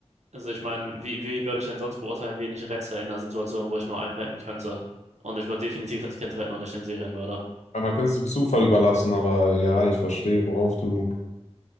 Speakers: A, on the right; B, on the left.
A: Also ich meine, wie, wie würde ich denn sonst beurteilen, wen ich rette in einer Situation, wo ich nur einen retten könnte? Und ich würde definitiv das Kind retten und nicht den Serienmörder.
B: Weil man könnte es dem Zufall überlassen, aber ja, ich verstehe, worauf du